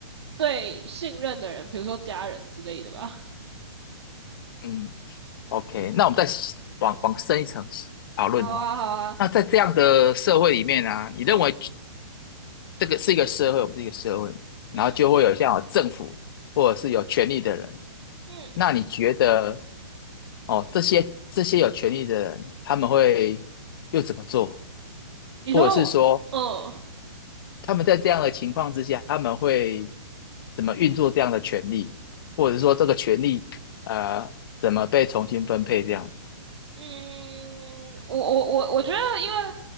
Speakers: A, on the right (about 70°); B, on the left (about 50°).
A: 最信任的人，比如说家人之类的吧。
B: 嗯，OK，那我们再往往深一层讨论哦。
A: 好啊，好啊，
B: 那在这样的社会里面啊，你认为
A: 嗯
B: 这个是一个社会，我们是一个社会，然后就会有像有政府或者是有权力的人。
A: 嗯嗯，
B: 那你觉得，哦，这些这些有权力的人，他们会又怎么做？
A: 你说我，
B: 或者是说，
A: 嗯。
B: 他们在这样的情况之下，他们会怎么运作这样的权利，或者说这个权利呃怎么被重新分配这样？
A: 嗯，我我我我觉得，因为